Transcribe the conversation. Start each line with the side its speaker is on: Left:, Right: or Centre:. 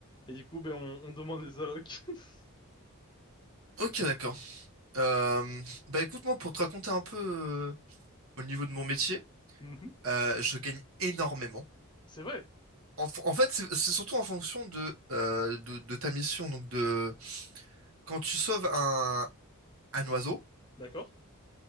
Left: Et du coup, ben, on, on demande les allocs. <laughs>
Right: Ok, d'accord. Euh, bah écoute, moi, pour te raconter un peu euh, au niveau de mon métier,
Left: Mhm.
Right: euh, je gagne énormément.
Left: C'est vrai,
Right: En, f- en fait, c'est c'est surtout en fonction de, euh, de, de ta mission. Donc, de quand tu sauves un, un oiseau,
Left: d'accord?